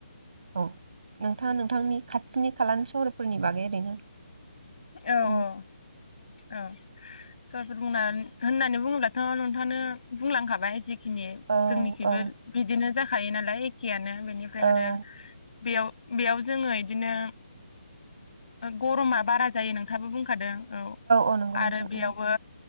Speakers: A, on the right; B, on the left.
A: औ नोंथाङा नोंथांनि खाथिनि खालानि सहरफोरनि बागै ओरैनो
B: औ
A: बुं
B: औ औ सोरफोर बुंना होननानै बुङोब्लाथ' नोंथाङानो बुंलांखाबाय जि खिनि
A: औ
B: जोंनिखिबो
A: औ
B: बिदिनो जा खायो नालाय एखेयानो बेनिफ्राय
A: औ
B: आरो बेयाव बेयाव जोङो इदिनो गरमा बारा जायो नोंथाङाबो बुंखादों औ
A: औ नंगौ नोंथां
B: आरो बेयावबो
A: ओं